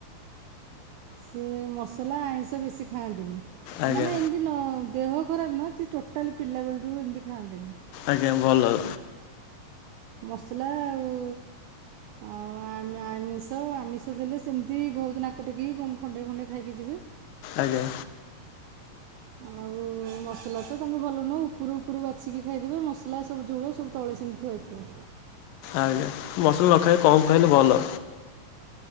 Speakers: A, on the right; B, on the left.
A: ସିଏ ମସଲା ଆଇଁଷ ବେଶି ଖାଆନ୍ତିନି
B: ଆଜ୍ଞା
A: ମାନେ ଏମିତି ସେ ଦିନ ଦେହ ଖରାପ ନା ସେ ଟୋଟାଲି ପିଲା ବେଳରୁ ଏମିତି ଖାଆନ୍ତିନି?
B: ଆଜ୍ଞା ଭଲ।
A: ମସଲା ଆଉ। ଆଉ ଆ ଆମିଷ ଆମିଷ ଦେଲେ ସେମିତି ବହୁତ ନାକ ଟେକି ଖଣ୍ଡେ ଖୁଣ୍ଡେ ଖାଇକି ଯିବେ?
B: ଆଜ୍ଞା।
A: ଆଉ ମସଲା ତ ତାଙ୍କୁ ଭଲ ନୁହେଁ ଉପରୁ ଉପରୁ ବାଛିିକି ଖାଇଦେବେ ମସଲା ସବୁ ଝୋଳ ସବୁ ତଳେ ସେମି ଥୁଆହେଇଥିବ।
B: ଆଜ୍ଞା ମସଲା ନ ଖାଇ କମ ଖାଇଲେ ଭଲ।